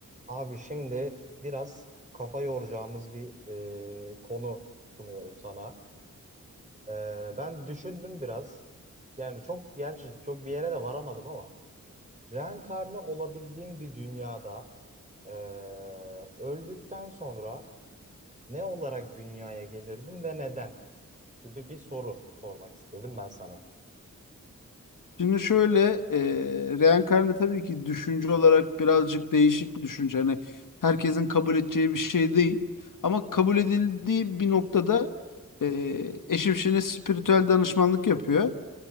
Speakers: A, on the right (about 20°); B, on the left (about 75°).
A: Abi şimdi biraz kafa yoracağımız bir e, konu sunuyorum sana. E, ben düşündüm biraz. Yani çok gerçi çok bir yere de varamadım ama reenkarne olabildiğin bir dünyada e, öldükten sonra ne olarak dünyaya gelirdin ve neden gibi bir soru sormak istedim ben sana.
B: Şimdi şöyle e, reenkarne tabii ki düşünce olarak birazcık değişik bir düşünce. Hani herkesin kabul edeceği bir şey değil. Ama kabul edildiği bir noktada e, eşim şimdi spiritüel danışmanlık yapıyor.